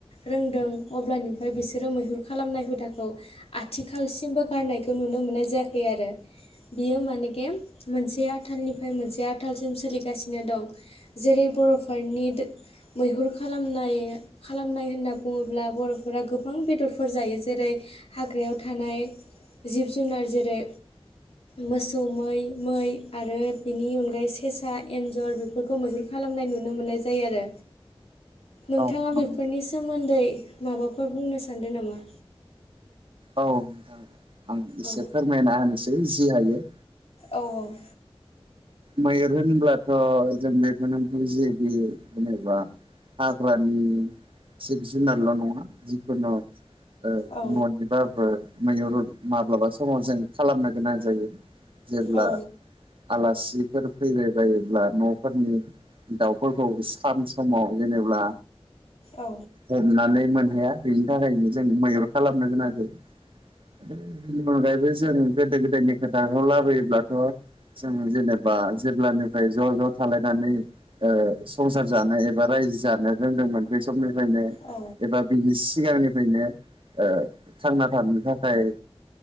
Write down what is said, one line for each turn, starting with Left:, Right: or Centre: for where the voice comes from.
Left: रोंदों अब्लानिफ्राय बिसोरो मैहुर खालामनाय हुदाखौ आथिखालसिमबो गारनायखौ नुनो मोननाय जायाखै आरो बियो मानकि मोनसे आथालनिफ्राय मोनसे आथालसिम सोलिगासिनो दं जेरै बर'फोरनि दो मैहुर खालामनाय खालामनाय होनना बुंङोब्ला बर'फोरा गोबां बेदरफोर जायो जेरै हाग्रायाव थानाय जिब जुनार जेरै मोसौ मै मै आरो बिनि अनगायै सेसा एन्जर बे फोरखौ मैहुर खालामनाय नुनो मोननाय जायो आरो। नोंथाङा
Right: औ नंगौ
Left: बेफोरनि सोमोन्दै माबाफोर बुंनो सान्दों नामा?
Right: औ नोंथां आं एसे
Left: औ
Right: फोरमायना होनोसै जि हायो।
Left: औ औ।
Right: मैेहुर होनब्लाथ' जों बेखौनो बुजियोदि जेनेबा हाग्रानि जिब जुनारल' नंङा जिखुनु ओ
Left: औ
Right: न'नि बाबो मैहुर माब्लाबा समाव जों खालामनो गोनां जायो जेब्ला
Left: औ
Right: आलासि फोर फैबाय बायोब्ला न'फोरनि दाउ फोरखौ सान समाव जेनेब्ला
Left: औ
Right: हमनानै मोनहाया बेनि थाखायनो जों मैहुर खालामनो गोनां जायो। बेनि अनगायैबो जों गोदो गोदायनि खोथाखौ लाबोयोब्लाथ' जों जेनेबा जेब्लानिफ्राय ज' ज' थालायनानै ओ संसार जानो एबा रायजो जानो रोंदोंमोन बे समनिफ्रायनो
Left: औ
Right: एबा बिनि सिगांनिफ्रायनो ओ थांना थानो थाखाय